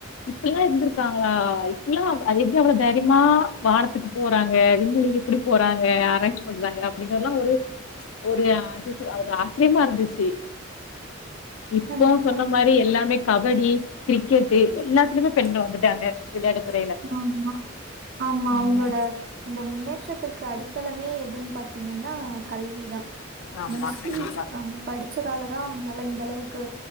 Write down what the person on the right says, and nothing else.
கண்டிப்பா.
ஆமா-ஆமா
அவுங்களோட இந்த முன்னேற் <unintelligible> அடித்தளமே எதுன்னு பாத்தீங்கன்னா கல்விதா
மோஸ்ட்லி
நாம படிச்சதாலதா அவங்கள்லா இந்த அளவுக்கு